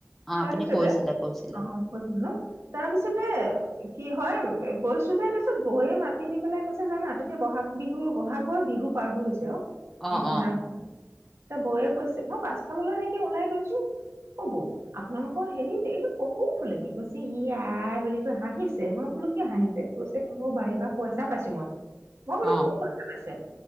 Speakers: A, in the centre; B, on the right.
A: অ
B: তাৰ
A: আপুনি
B: পিছতে,
A: কৈছিলে কৈছিলে
B: অহঁ কৈছোঁ তাৰ পিছতে কি হয়, গৈছো যে তাপিছত গৈয়ে মাতি নি পেলাই কৈছে জানা, তেতিয়া ব'হাগ বিহু বহাগৰ বিহু পাৰ হৈ গৈছে অহ
A: অ
B: এদিন
A: অ
B: যাওঁ এ বৌয়ে কৈছে মই পাছফাললৈ নেকি ওলাই গৈছোঁ। অ বৌ আপোনালোকৰ হেৰি এইটো কপৌফুল নেকি? কৈছে ই আই বুলি কৈ হাঁহিছে। মই বোলোঁ কিয় হাঁহিছে? কৈছে মোৰ বাৰীৰ পৰা পইচা পাইছো মই। মই বোলো
A: অ
B: কি পইচা পাইছে?